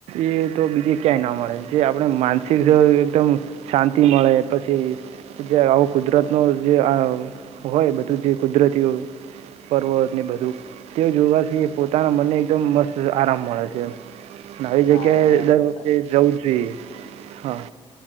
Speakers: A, on the right (about 75°); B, on the left (about 80°).
A: એ તો બીજે ક્યાંય ના મળે જે આપણે માનસિક એકદમ શાંતિ મળે પછી જે આવો કુદરત નો આ હોય બધું જે કુદરતીઓ પર્વત ને બધું તે જોવાથી પોતાના મનને એકદમ મસ્ત આરામ મળે છે. આવી જગ્યાએ
B: હા એ વાત
A: દર
B: તો
A: વખતે
B: સાચી
A: જવું જોઈએ હા.